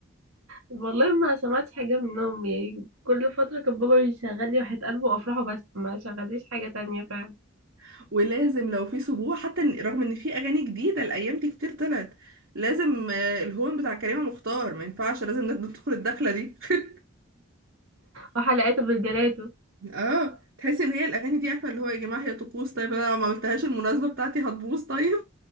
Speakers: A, on the right; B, on the right.
A: والله ما سمعت حاجه منهم يعني كل فتره كان بابا يشغل لي وحيد قلبي وافراح بس ما شغليش حاجه تانية فعلا <laughs>
B: <laughs> ولازم لو في سبوع حتى إن- رغم ان في اغاني جديده الايام دي كتير طلعت لازم آه، الهون بتاع كريمه مختار ما ينفعش لازم ندخل الدخله دي <laughs>
A: وحلقاته بالجلاته
B: اه تحسي ان هي الاغاني دي عارفه اللي هو يا جماعه هي طقوس طيب انا لو ما عملتهاش المناسبه بتاعتي هتبوظ طيب